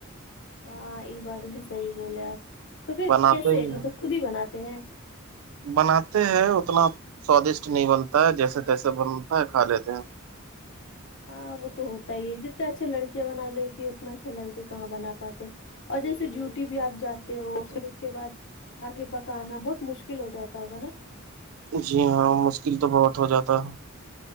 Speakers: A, on the left; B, on the right.
A: ہاں یہ بات بھی صحیح بولے آپ تو پھر
B: بناتے
A: کیسے
B: ہی ہیں
A: مطلب خود ہی بناتے ہیں
B: بناتے ہیں اتنا سوادشٹ نہیں بنتا ہے جیسے تیسے بنتا ہے کھا لیتے ہیں
A: ہاں وہ تو ہوتا ہی ہے جتنا اچھا لڑکیاں بنا دیتی اتنا اچھے لڑکے کہاں بنا پاتے ہیں اور جیسے ڈیوٹی بھی آپ جاتے ہو پھر اس کے بعد آ کے پکانا بہت مشکل ہو جاتا ہوگا نا
B: جی ہاں مشکل تو بہت ہو جاتا ہے